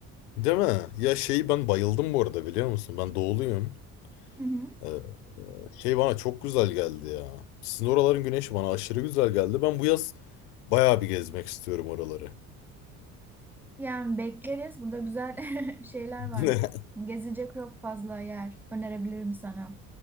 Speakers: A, on the left; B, in the centre.
A: değil mi? Ya şeyi ben bayıldım bu arada biliyor musun? Ben doğuluyum.
B: Hı hı.
A: E, şey bana çok güzel geldi ya. Sizin oraların güneşi bana aşırı güzel geldi. Ben bu yaz Bayağı bir gezmek istiyorum oraları.
B: Yani bekleriz. Burada güzel <laughs> şeyler var.
A: <laughs>
B: Gezecek çok fazla yer önerebilirim sana.